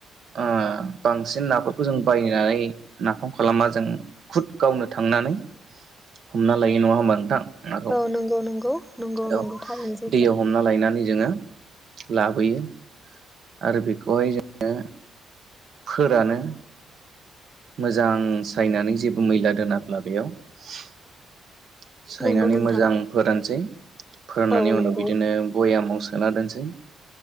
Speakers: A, on the right (about 60°); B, in the centre.
A: ओ बांसिन नाफोरखौ जों बायनानै नाफाम खालामा जों खुद गावनो थांनानै हमना लायो नङा होमा नोंथां? नाखौ
B: औ नंगौ नंगौ नंगौ
A: औ
B: नंगौ थारैनो सैथो
A: दैयाव
B: ।
A: हमना लायनानै जोङो लाबोयो आरो बेखौहाय जोङो फोरानो मोजां सायनानै जेबो मैला दोनाब्ला बेयाव । सायनानै
B: नंगौ नोंथां
A: मोजां फोरानसै फोरान नानै
B: औ नंगौ
A: उनाव बिदिनो बयामाव सो ना दोनसै ।